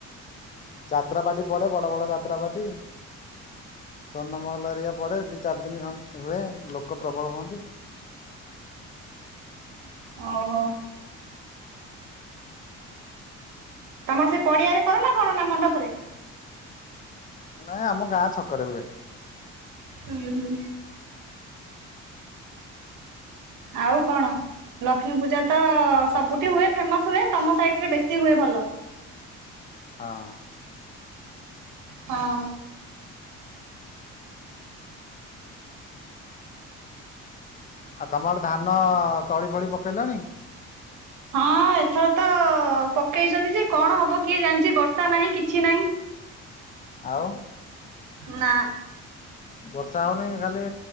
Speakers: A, on the left (about 25°); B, on the right (about 90°).
A: ଯାତ୍ରା ପାଟି ପଡେ ବଡ ବଡ ଯାତ୍ରା ପାଟି। ସର୍ଣ୍ଣ ମହଲରିବା ପରେ ଦି ଚାରି ଦିନ ହୁଏ। ଲୋକ ଲୋକ ପ୍ରବଳ ହୁଅନ୍ତି।
B: ଓହୋ। ତମର ସେ ପଡିଆରେ କର ନା କଣ ନା ମଣ୍ଡପରେ?
A: ନାଇଁ ଆମ ଗାଁ ଛକରେ ହୁଏ।
B: ହୁଁ ହୁଁ। ଆଉ କଣ? ଲକ୍ଷ୍ମୀ ପୂଜା ତ ସବୁଠି ହୁଏ ଫେମସ ହୁଏ ତମ ସାଇଟରେ ବେଶୀ ହୁଏ ଭଲ।
A: ହଁ।
B: ହଁ।
A: ଆଉ ତମର ଧାନ ତଳି ଫଳି ପକେଇଲଣି?
B: ହଁ ଏଥର ତ ପକେଇଛନ୍ତି ଯେ, କଣ ହବ କିଏ ଜାଣିଛି ବର୍ଷା ନାହିଁ କିଛି ନାହିଁ।
A: ଆଉ?
B: ନା।
A: ବର୍ଷା ହଉନି ଖାଲି